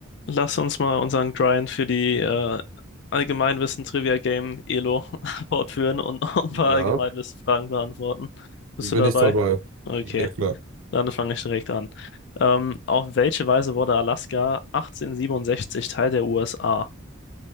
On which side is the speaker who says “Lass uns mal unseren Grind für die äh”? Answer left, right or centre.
Left